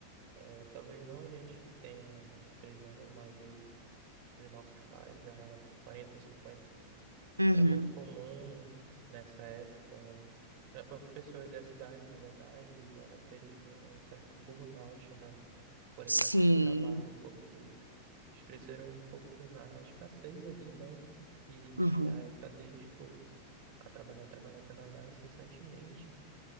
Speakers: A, on the right; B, on the right.
A: é, talvez não a gente que tenha 23 anos, mas os os nossos pais já quarenta, cinquenta
B: Uhum.
A: Era muito comum nessa época, eh, pessoas da cidade, na verdade, já terem um certo burnout, né, por excesso
B: Sim,
A: de trabalho, porque eles cresceram um pouco na escassez ali, né, e
B: Uhum.
A: a época deles, tipo, a trabalhar, trabalhar, trabalhar incessantemente